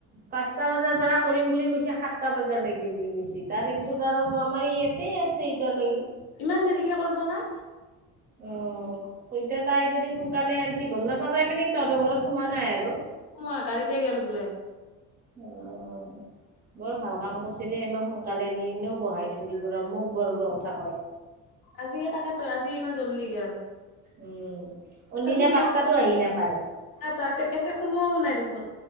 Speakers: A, on the right (about 25°); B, on the left (about 70°).
A: পাঁচটা বজাৰ পৰা কৰিম বুলি কৈছে সাতটা বজা লাগে বুলি গৈছে, তাৰে পিছত আৰু আমাৰ ইয়াতে এতিয়ালৈকে
B: ইমান দেৰিকে কৰিব না।
A: অ সৈতে তাই যদি সোনকালে আনিছি গম নাপাম। তাই মিনি তহতঘৰত সোমা নাই আৰু
B: মই গাড়ীতে গেল বোলে
A: অ' বৰ ভাল কাম কৰিছে দেই মান সোনকালে নি, মও বহাই থৈ দিম ৰ মোক বৰ-বৰ কথা কয়।
B: আজিয়ে তাকে তই আজিয়ে ইমান জলি গেল।
A: উম' অনদিনা
B: এ সোমোৱা
A: পাঁচ তাতো আহি নাপায়,
B: তাতে এতে সোমোৱাও নাই দেখোন